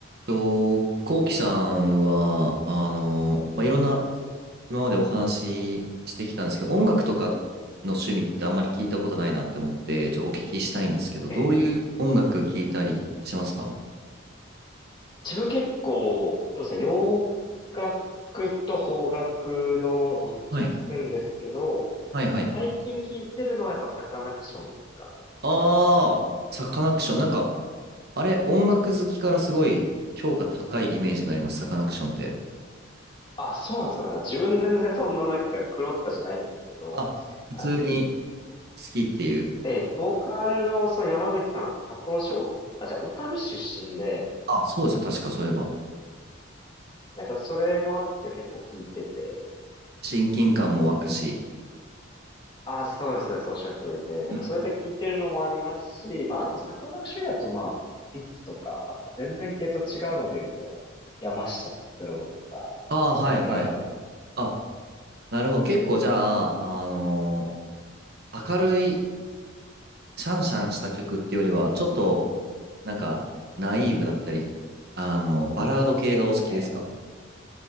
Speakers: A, on the right; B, on the left.
A: と、こうきさんは、あの、まあ、いろんな、今までお話ししてきたんですけど、音楽とかの趣味ってあんまり聞いたことないなって思って、ちょっとお聞きしたいんですけど、
B: ええ、
A: どういう音楽聞いたりしますか
B: 自分結構、そうですね、洋楽と邦楽のどっちも聞くんですけど、
A: はい。はいはい。
B: 最近聞いてるのはやっぱサカナクションですかね。
A: ああ、サカナクション。なんか、あれ、音楽好きからすごい評価高いイメージがあります、サカナクションって。
B: あ、そうなんですか。なんか自分全然そんななんか黒とかじゃないんですけど、
A: あ、普通に
B: あの、
A: 好きっていう。
B: ええ、ボーカルのその山口さんって札幌市お、あ、じゃあ小樽出身で、
A: あ、そうですね、確かそういえば。
B: なんかそれもあって結構聞いてて、
A: 親近感も湧くし。
B: あ、そうです、そうです。おっしゃる通りで。なんかそうやって聞いてるのもありますし、
A: うんうん
B: まあ、あと、サカナクションだと、まあ、ビッツとか、全然系と違うので言うと、山下達郎とか、
A: ああ、
B: そのぐらいまで。
A: はいはい。あなるほど。結構じゃあ、あのー明るいシャンシャンした曲ってよりは、ちょっと、なんか、ナイーブだったり、あのーバラード系がお好きですか
B: ええ。